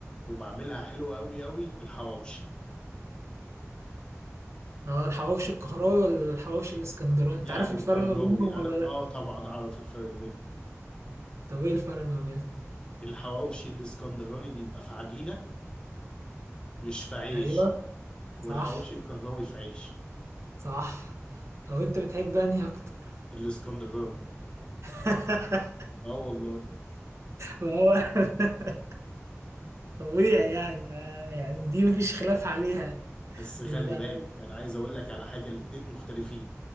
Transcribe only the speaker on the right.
اه الحواوشي القهراوي ولا الحواوشي الاسكندراني انت
عارف
الفرق ما بينهم ولا
لا
طب ايه الفرق ما بينهم
ايوه
صح
صح طب انت بتحب انهي اكتر
<laughs>
ما هو <laughs> طبيعي يعني آه، يعني دي مفيش خلاف عليها
يبقى